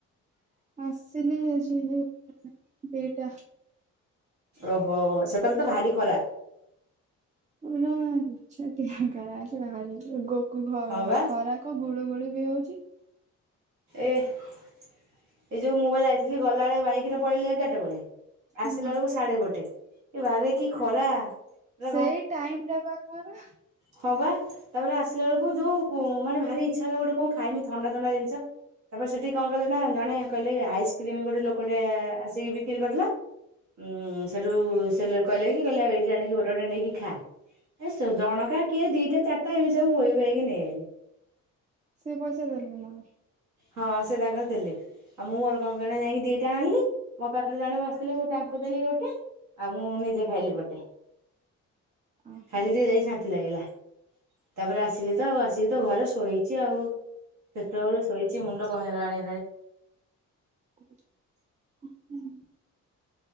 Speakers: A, on the right; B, on the right.
A: ଆସିଲି ଆଜି <unintelligible> ଦିଟା।
B: ଓହୋ ସେତବେଳେ ତ ଭାରି ଖରା।
A: ପୁରା ନିଛାଟିଆ <unintelligible> ବାହାରି ଗୋକୁ
B: ହଁ ବା
A: ଖରା କଣ ଗୁଳୁ ଗୁଳି ବି ହଉଚି।
B: ଏ ଏଇ ଯୋଉ ମୁଁ ବା ଯାଇଥିଲି ଗଲାବେଳେ ବାଇକ୍ <unintelligible> ପଳେଇଲିି ଏଗାରଟା ବେଳେ ଆସିଲା
A: ହୁଁ
B: ବେଳକୁ ସାଢେ ଗୋଟେ ଏ ବାରେ କି ଖରା ପୁରା
A: ସେଇ ଟାଇମ୍ ଟା ବା ଖରା।
B: ହଁବା ତାପରେ ଆସିଲା ବେଳୁକୁ ଯୋଉ ମାନେ ଭାରି ଇଚ୍ଛା ହେଲା ଗୋଟେ କଣ <unintelligible> ଥଣ୍ଡା-ଥଣ୍ଡା ଜିନିଷ ତାପରେ ସେଠି କଣ କଲେ ନା ଜଣେ କହିଲେ ଆଇସ୍କ୍ରିମ୍ ଗୋଟେ ଲୋକ ଟେ ଆସିକି ବିକ୍ରି କରିଥିଲା। ଉଁ ସେଠୁ ସେ କହିଲେ କି କହିଲେ ଆଉ ଏଇଠି ଆଣିକି ଗୋଟେ-ଗୋଟେ ନେଇକି ଖା। ଏ ସବୁ ଜଣକା କିଏ ଦିଟା ଚିଟା ଏମ୍ତି ସବୁ ବହି ବହିକି ନେଇଗଲେ।
A: ସେ ପଇସା ଦେଲେ ନା
B: ହଁ, ସେ ତାଙ୍କର ଦେଲେ। ଆଉ ମୁଁ ମୋର <unintelligible> ଯାଇକି ଦିଟା ଆଣିଲି, ମୋ ପାଖରେ ଜଣେ ବସିଥିଲେ ମୁଁ ତାଙ୍କୁ ଦେଲି ଗୋଟେ ଆଉ ମୁଁ ନିଜେ ଖାଇଲି ଗୋଟେ
A: ଓହୋ।
B: ଖାଇଲି ଯେ ଯାଇ ଲାଗିଲା ତାପରେ ଆସିଲି ତ ଆଉ ଆସିକି ତ ଘରେ ଶୋଇଛି ଆଉ ସେତେବେଳୁ ଶୋଇଛି ମୁଣ୍ଡ କଣ ହେଇଗଲାଣି
A: <inaudible> ହୁଁ।